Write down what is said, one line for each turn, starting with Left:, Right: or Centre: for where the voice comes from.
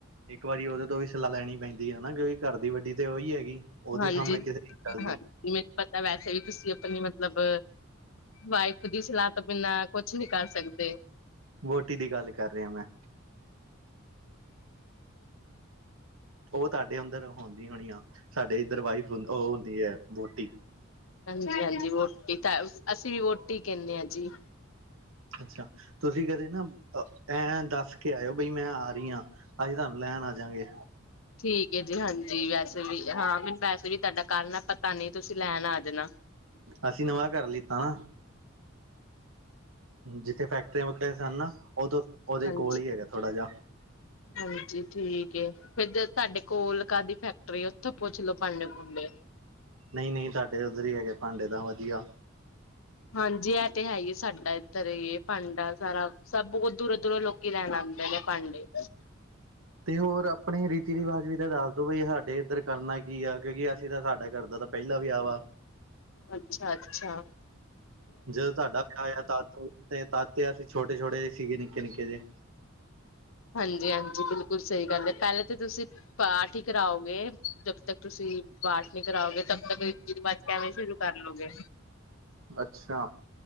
Right: ਇੱਕ ਵਾਰੀ ਓਦੇ ਤੋਂ ਵੀ ਸ ਸਲਾਅ ਲੈਣੀ ਪੈਂਦੀ ਐ ਨਾ ਕਿਓਂਕਿ ਘਰ ਦੀ ਵੱਡੀ ਤੇ ਓਈ ਹੈਗੀ। ਉਹਦੇ
Left: ਹਾਂਜੀ,
Right: ਸਾਹਮਣੇ ਕਿਸੇ ਚੱਲਦੀ
Left: ਹਾਂਜੀ ਮੈਨੂੰ ਪਤਾ ਵੈਸੇ ਵੀ ਤੁਸੀਂ ਆਪਨੀ ਮਤਲਬ ਵਾਈਫ ਦੀ ਸਲਾਹ ਤੋਂ ਬਿਨਾਂ ਕੁਛ ਨੀ ਕਰ ਸਕਦੇ।
Right: ਵੋਟੀ ਦੀ ਗੱਲ ਕਰ ਰਿਆ ਮੈਂ। ਓ ਤੁਹਾਡੇ ਅੰਦਰ ਹੁੰਦੀ ਹੋਣੀ ਆ ਸਾਡੇ ਇੱਧਰ ਵਾਈਫ ਹੁੰ ਓ ਹੁੰਦੀ ਐ ਵੋਟੀ।
Left: ਹਾਂਜੀ-ਹਾਂਜੀ ਵੋਟੀ ਤਾਂ ਅਸੀਂ ਵੀ ਵੋਟੀ ਕੈਂਨੇ ਆਂ ਜੀ।
Right: ਅੱਛਾ ਤੁਸੀਂ ਕਦੇ ਨਾ ਐਂ ਦੱਸ ਕੇ ਆਏਓ ਬਈ ਮੈਂ ਆ ਰਈ ਆਂ ਅਸੀਂ ਤਾਨੂੰ ਲੈਣ ਆਂਜਗੇ।
Left: ਠੀਕ ਐ ਜੀ ਹਾਂਜੀ ਵੈਸੇ ਵੀ ਹਾਂ ਮੈਨੂੰ ਵੈਸੇ ਵੀ ਤਾਡਾ ਘਰ ਨਾ ਪਤਾ ਨੀ ਤੁਸੀਂ ਲੈਨ ਆ ਜਾਨਾ।
Right: ਅਸੀਂ ਨਵਾਂ ਘਰ ਲਿੱਤਾ ਨਾ ਜਿੱਥੇ ਫੈਕਟਰੀਆਂ ਵੈਕਟਰੀਆਂ ਸਨ ਨਾ ਓਦੇ
Left: ਹਾਂਜੀ
Right: ਕੋਲ ਈ ਹੈਗਾ ਥੋੜਾ ਜਾ
Left: ਹਾਂਜੀ ਠੀਕ ਏ। ਫੇਰ ਜੇ ਤਾਡੇ ਕੋਲ ਕਾਹਦੀ ਫੈਕਟਰੀ ਓਥੋਂ ਪੁੱਛ ਲੋੋ ਪਾਂਡੇ ਪੁੰਡੇ।
Right: ਨਈ-ਨਈ ਤਾਡੇ ਓਦਰ ਈ ਹੈਗੇ ਭਾਂਡੇ ਤਾਂ ਵਦੀਆ।
Left: ਹਾਂਜੀ ਇਹ ਤੇ ਹੈ ਈ ਸਾਡਾ ਐਦਰ ਏ ਪਾਂਡਾ ਸਾਰਾ ਸਭ ਬਹੁ ਦੂਰੋਂ-ਦੂਰੋਂ ਲੋ ਕੀ ਲੈਨ ਆਂਦੇ ਨੇ ਪਾਂਡੇ।
Right: ਤੇ ਹੋਰ ਆਪਣੇ ਰੀਤੀ ਰਿਵਾਜ ਵੀ ਤਾਂ ਦੱਸ ਦੋ ਬਈ ਸਾਡੇ ਏਦਰ ਕਰਨਾ ਕੀ ਆ ਕਿਓਂਕਿ ਅਸੀਂ ਤਾਂ ਸਾਡਾ ਕਰਦਾ ਤਾਂ ਪੈਲਾ ਵਿਆ ਆ ਵਾ।
Left: ਅੱਛਾ-ਅੱਛਾ।
Right: ਜਦੋਂ ਤਾਡਾ ਵਿਆਹ ਹੋਇਆ ਤਾ ਤਦ ਤੇ ਅਸੀਂ ਛੋਟੇ-ਛੋਟੇ ਜੇ ਸੀਗੇ ਨਿੱਕੇ-ਨਿੱਕੇ ਜੇ।
Left: ਹਾਂਜੀ-ਹਾਂਜੀ ਬਿਲਕੁਲ ਸਈ ਗੱਲ ਐ ਪੈਲੇ ਤੇ ਤੁਸੀਂ ਪਾਠ ਈ ਕਰਾਓਗੇ ਜਦ ਤੱਕ ਤੁਸੀਂ ਪਾਠ ਨੀ ਕਰਾਓਗੇ ਤਬ ਤੱਕ ਰੀਤੀ ਰਿਵਾਜ਼ ਕੈਵੇਂ ਸ਼ੁਰੂ ਕਰ ਲੋਗੇ।
Right: ਅੱਛਾ